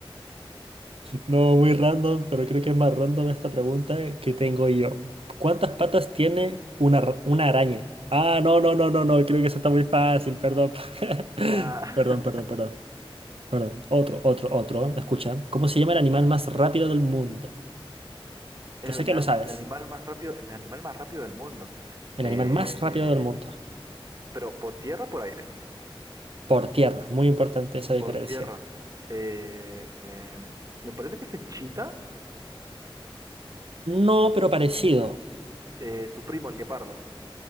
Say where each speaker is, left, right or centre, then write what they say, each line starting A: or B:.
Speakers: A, on the right; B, on the right.
A: No, muy random, pero creo que es más random esta pregunta que tengo yo. ¿Cuántas patas tiene una, ra- una araña? Ah, no, no, no, no, no, creo que eso está muy fácil, perdón. <laughs>
B: Ah,
A: Perdón, perdón, perdón. Perdón, otro, otro, otro. Escucha, ¿cómo se llama el animal más rápido del mundo?
B: <laughs> el,
A: Yo sé que lo
B: el
A: sabes.
B: animal más rápido, el animal más rápido del mundo.
A: El
B: Eh,
A: animal más rápido del mundo.
B: pero por tierra, o por aire,
A: Por tierra, muy importante esa diferencia.
B: por tierra. Eh, eh, me parece que es el chita.
A: No, pero parecido.
B: eh, su primo, el guepardo,